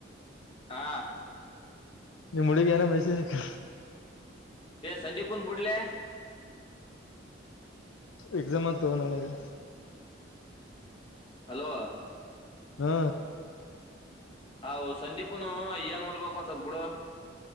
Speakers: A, on the left; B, on the left.
A: ಹಾ
B: ನಿಮ್ಮ ಹುಡುಗಿ ಏನೂ ಮೆಸೇಜ್ ಅಕಾಲ
A: ಸಂದೀಪನ್ ಬಿಡ್ಲೆ
B: ಎಕ್ಸಾಮ್ ಆಯ್ತ್ ನಾಳೆಗೆ
A: ಹಲೋ
B: ಹಾ
A: ಹಾ ಸಂದೀಪನು ಏನ್ ಓದ್ಬೇಕು ಒಂದ ಸ್ವಲ್ಪ ಬಿಡು